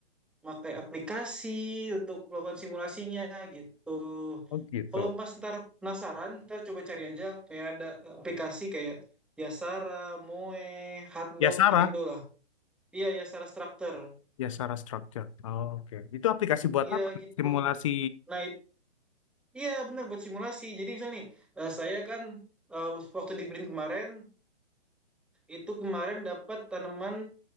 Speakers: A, in the centre; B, on the left.
A: Pakai aplikasi untuk melakukan simulasinya gitu.
B: oh gitu.
A: Kalau Mas ntar penasaran, ntar coba cari aja kayak ada aplikasi kayak Yasara, Moe, Hotdog
B: Ya Sarah,
A: gitu-gitu lah. Iya, Yasara Structure.
B: ya Sarah Structure. Oh, oke. Itu aplikasi buat
A: Iya
B: apa?
A: gitu.
B: Simulasi
A: Nah, itu Iya benar buat simulasi. Jadi misalnya nih, eh, saya kan eh, waktu di Blink kemarin itu kemarin dapat tanaman